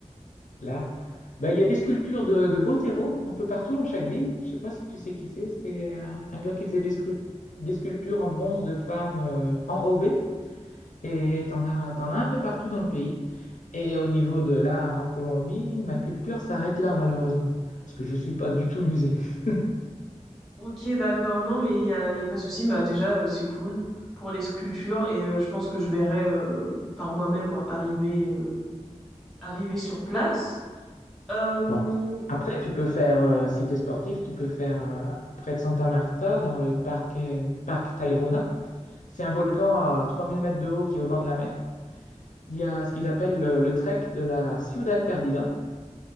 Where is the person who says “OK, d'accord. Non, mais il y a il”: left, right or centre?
Centre